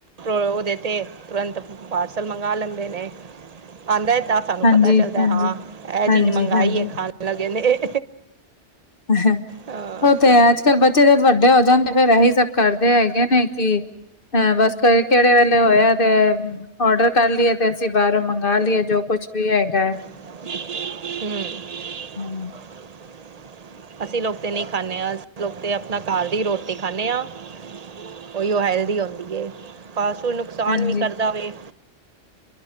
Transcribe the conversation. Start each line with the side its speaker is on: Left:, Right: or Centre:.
Right: ਉਹਦੇ ਤੇ ਤੁਰੰਤ ਪਾਰਸਲ ਮੰਗਵਾ ਲੈਂਦੇ ਨੇ। ਆਉਂਦਾ। ਤਾਂ ਸਾਨੂੰ
Left: ਹਾਂਜੀ
Right: ਪਤਾ ਚੱਲਦਾ
Left: ਹਾਂਜੀ
Right: ਹਾਂ ਇਹ
Left: ਹਾਂਜੀ-ਹਾਂਜੀ।
Right: ਚੀਜ਼ ਮੰਗਾਈ ਹੈ ਖਾਣ ਲਗੇ ਨੇ।
Left: ਉਹ
Right: ਹਾਂ
Left: ਤੇ ਅੱਜ - ਕੱਲ੍ਹ ਬੱਚੇ ਜਦ ਵੱਡੇ ਹੋ ਜਾਣ ਤੇ ਫੇਰ ਇਹੀ ਸਬ ਕਰਦੇ ਹੈਗੇ। ਨੇ ਕਿ ਅ ਬਸ ਕਿਹੜੇ ਵੇਲੇ ਹੋਇਆ ਤੇ ਔਡਰ ਕਰ ਲਏ ਤੇ। ਅਸੀਂ ਬਾਹਰੋਂ ਮੰਗਵਾ ਲਈਏ ਜੋ ਕੁਛ ਵੀ ਹੈਗਾ ਹੈ।
Right: ਹਮ।
Left: ਹੂੰ।
Right: ਅਸੀਂ ਲੋਕ ਤਾਂ ਨਹੀਂ ਖਾਂਦੇ ਹਾਂ। ਅਸੀਂ ਲੋਕ ਤਾਂ ਆਪਣਾ ਘਰ ਦੀ ਰੋਟੀ ਖਾਂਦੇ ਹਾਂ। ਉਹੀ ਉਹ ਹੈਲਦੀ ਹਉਦੀ ਹੇ ਫਾਸਟ ਫੂਡ ਨੁਕਸਾਨ
Left: ਹਾਂਜੀ,
Right: ਵੀ ਕਰਦਾ ਵੇ।